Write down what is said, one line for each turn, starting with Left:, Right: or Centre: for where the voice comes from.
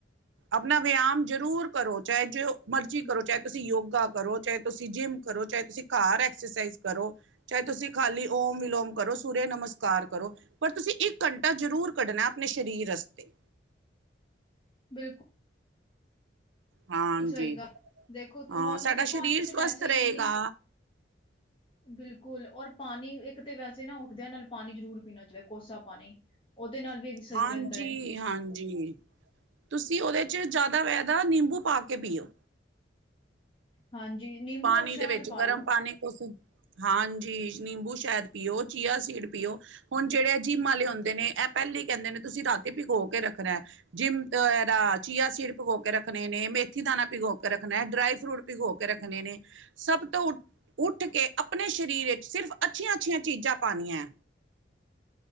Right: ਅਪਨਾ ਵਿਆਮ ਜ਼ਰੂਰ ਕਰੋ ਚਾਹੇ ਮਰਜ਼ੀ
Left: ਬਿਲਕੁਲ
Right: ਕਰੋ ਚਾਏ ਤੁਸੀਂ ਯੋਗਾ ਕਰੋ ਚਾਏ ਤੁਸੀਂ ਜਿੰਮ ਕਰੋ ਚਾਏ ਤੁਸੀਂ ਘਰ ਐਕਸਰਸਾਈਜ਼ ਕਰੋ ਚਾਏ ਤੁਸੀਂ ਖਾਲੀ ਓਮ ਵਿਲੋਮ ਕਰੋ ਸੂਰਯ ਨਮਸਕਾਰ ਕਰੋ ਪਰ ਤੁਸੀਂ ਇੱਕ ਘੰਟਾ ਜ਼ਰੂਰ ਕੱਢਨਾ ਅਪਨੇ ਸਰੀਰ ਅਸਤੇ
Left: ਬਿਲਕੁਲ
Right: ਹਾਂਜੀ
Left: ਸਹੀ ਗੱਲ ਦੇਖੋ
Right: ਹਾਂ
Left: ਹੁਣ
Right: ਸਾਡਾ
Left: ਦੇਖੋ
Right: ਸਰੀਰ
Left: ਅੱਜ ਕੱਲ
Right: ਸਵਸਥ
Left: ਤੇ ਵੈਸੇ
Right: ਰਏਗਾ
Left: ਇੰਨੀ ਬਿਲਕੁਲ ਔਰ ਪਾਣੀ ਇੱਕ ਤਾਂ ਵੈਸੇ ਨਾ ਉੱਠਦਿਆਂ ਨਾਲ ਪਾਣੀ ਜ਼ਰੂਰ ਪੀਣਾ ਚਾਹੀਦਾ ਕੋਸਾ ਪਾਣੀ ਉਹਦੇ ਨਾਲ ਵੀ ਸਹੀ
Right: ਹਾਂਜੀ,
Left: ਰਹਿੰਦਾ ਏ
Right: ਹਾਂਜੀ ਤੁਸੀਂ ਓਦੇ 'ਚ ਜ਼ਿਆਦਾ ਵੈਦਾ ਨਿੰਬੂ ਪਾ ਕੇ ਪੀਓ
Left: ਹਾਂਜੀ ਨਿੰਬੂ
Right: ਪਾਣੀ
Left: ਔਰ ਸ਼ਹਿਦ
Right: ਦੇ ਵਿੱਚ
Left: ਪਾ
Right: ਗਰਮ
Left: ਲੋ
Right: ਪਾਣੀ ਕੁਛ ਹਾਂਜੀ ਨਿੰਬੂ ਸ਼ਾਇਦ ਪੀਓ ਚੀਆ ਸੀਡ ਪੀਓ ਹੁਣ ਜਿਹੜੇ ਅੇ ਜਿੰਮ ਵਾਲੇ ਹੁੰਦੇ ਨੇ ਅੇ ਪਹਿਲੇ ਕਹਿੰਦੇ ਨੇ ਤੁਸੀਂ ਰਾਤੀ ਭਿਗੋ ਕੇ ਰੱਖਣਾ ਜਿੰਮ ਇਹਦਾ ਚੀਆ ਸੀਡ ਭਿਗੋ ਕੇ ਰੱਖਣੇ ਨੇ ਮੇਥੀ ਦਾਣਾ ਭਿਗੋ ਕੇ ਰੱਖਣਾ ਡਰਾਈ ਫਰੂਟ ਭਿਗੋ ਕੇ ਰੱਖਣਾ ਨੇ ਸਭ ਤੋਂ ਉੱਠ ਕੇ ਆਪਣੇ ਸਰੀਰ ਵਿੱਚ ਸਿਰਫ ਅੱਛੀਆਂ ਅੱਛੀਆਂ ਚੀਜ਼ਾਂ ਪਾਣੀਏ